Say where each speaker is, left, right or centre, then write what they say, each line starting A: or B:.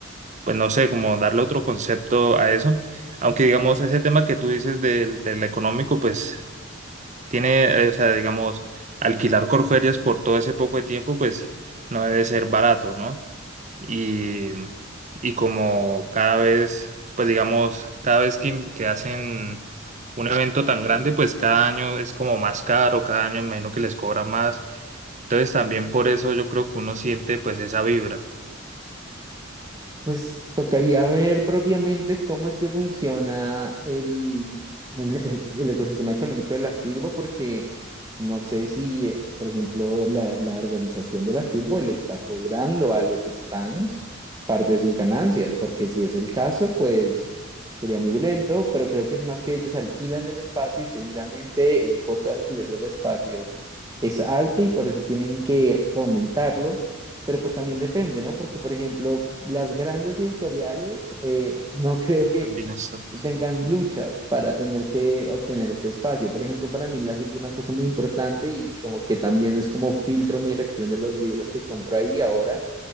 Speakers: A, on the right (about 35°); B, on the right (about 20°).
A: pues no sé, como darle otro concepto a eso. Aunque digamos, ese tema que tú dices del, del económico, pues tiene, eh, o sea, digamos, alquilar Corferias por todo ese poco de tiempo, pues no debe ser barato, ¿no? Y, y como cada vez, pues digamos, cada vez que, que hacen un evento tan grande, pues cada año es como más caro, cada año me imagino que les cobra más. Entonces también por eso yo creo que uno siente pues esa vibra.
B: Pues tocaría ver propiamente cómo es que funciona el, el- el- el ecosistema económico de la FIRBO, porque no sé si, eh, por ejemplo, la, la organización de la FIRBO le está cobrando a los stands parte de sus ganancias, porque si es el caso, pues sería muy violento, pero creo que es más que ellos alquilan el espacio y seguramente el costo de alquiler del espacio es alto y por eso tienen que que aumentarlo pero pues también depende, ¿no? Porque, por ejemplo, las grandes editoriales eh, <laughs> no creo que
A: También eso.
B: tengan luchas para tener que obtener este espacio. Por ejemplo, para mí en la filbo una cosa muy importante y como que también es como filtro mi elección de los libros que compro ahí ahora